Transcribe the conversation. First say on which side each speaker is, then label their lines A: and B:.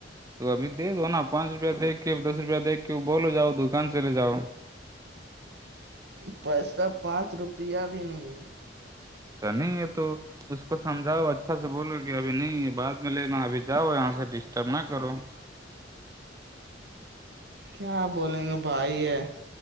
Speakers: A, on the right; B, on the right.
A: تو ابھی دے دو نا پانچ روپیہ دےھ کے دس روپیہ دے کے بولو جاؤ دکان چلے جاؤ
B: پیسہ پانچ روپیہ بھی نہیں ہے
A: نہیں یہ تو اس کو سمجھاؤ اچھا سے بولو کہ اب نہیں بد میں لینا جاؤ یہاں سے ڈسٹرب نہ کرو
B: کیاپ بولیں گے بھائی ہے